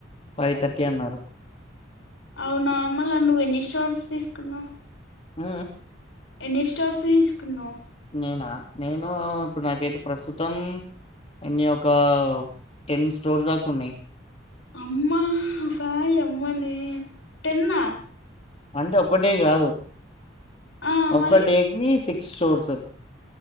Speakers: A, on the left; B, on the left.
A: five thirty అన్నారు
B: అవునా మలా నువ్వు ఎన్ని షార్ట్స్ తీసుకున్నావు్
A: ఆ
B: ఎన్నిస్టార్స్ తీసుకున్నావ్
A: నేనా? నేను ఇప్పుడు నాకైతే ప్రస్తుతం ఎన్ని ఒక టెన్ స్టోర్ దాకా ఉన్నాయి
B: అమ్మా పయ అమ్మనే టెన్నా
A: అంటే ఒక్కటే కాదు
B: ఆ
A: ఒక
B: మళ్ళీ
A: డేకి తి స్టోర్స్